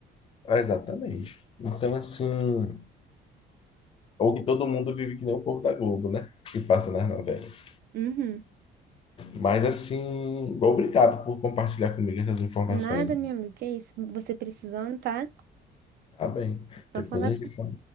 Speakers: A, on the left; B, on the right.
A: Ah, Exatamente. Então, assim. Ou que todo mundo vive que nem o povo da Globo, né? Que passa nas novelas.
B: Uhum.
A: Mas assim, obrigado por compartilhar comigo essas informações.
B: Nada, meu amigo, que é isso? Você precisando, tá?
A: Tá bem.
B: Só
A: Depois
B: falar.
A: a
B: com-
A: gente fala-